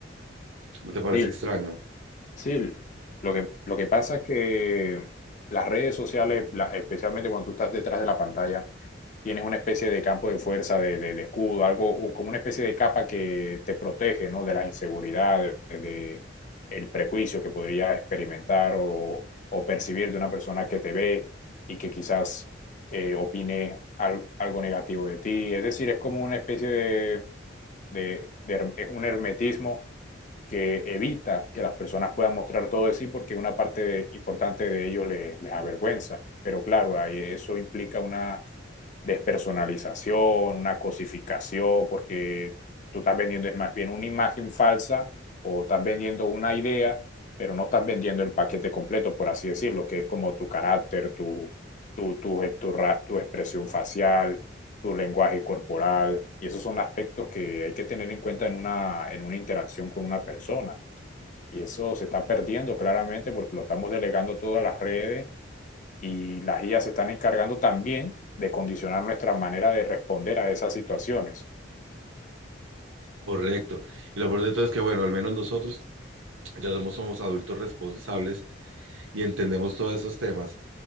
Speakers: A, on the right (about 90°); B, on the left (about 40°).
A: ¿No te parece
B: Sí,
A: extraño?
B: sí, lo que, lo que pasa es que las redes sociales, la- especialmente cuando tú estás detrás de la pantalla, tienes una especie de campo de fuerza, de, de, de escudo, algo o como una especie de capa que te protege, ¿no? De las inseguridades, de, de el prejuicio que podría experimentar o, o percibir de una persona que te ve y que quizás eh, opine al- algo negativo de ti. Es decir, es como una especie de, de- de her- es un hermetismo que evita que las personas puedan mostrar todo de sí porque una parte de- importante de ellos les les avergüenza. Pero claro, ahí eso implica una despersonalización, una cosificación, porque tú estás vendiendo es más bien una imagen falsa o estás vendiendo una idea, pero no estás vendiendo el paquete completo, por así decirlo, que es como tu carácter, tu, tu, tu, tu, ra- tu expresión facial, tu lenguaje corporal, y esos son aspectos que hay que tener en cuenta en una, en una interacción con una persona. Y eso se está perdiendo claramente porque lo estamos delegando todas las redes y las IA se están encargando también de condicionar nuestra manera de responder a esas situaciones.
A: Correcto. Y lo peor de todo es que, bueno, al menos nosotros ya somos, somos adultos responsables y entendemos todos esos temas.